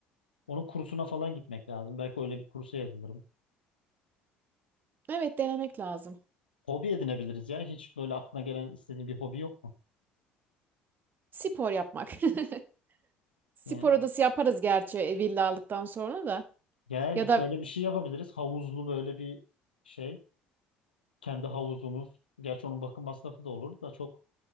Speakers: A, on the left; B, on the right.
A: Onun kursuna falan gitmek lazım. Belki öyle bir kursa yazılırım.
B: evet denemek lazım.
A: Hobi edinebiliriz ya. Hiç böyle aklına gelen istediğin bir hobi yok mu?
B: Spor yapmak. <laughs> Spor
A: Yani,
B: odası yaparız gerçi e, villa aldıktan sonra da.
A: yani
B: Ya da
A: böyle bir şey yapabiliriz. Havuzlu böyle bir şey. Kendi havuzumuz. Gerçi onun bakım masrafı da olur da çok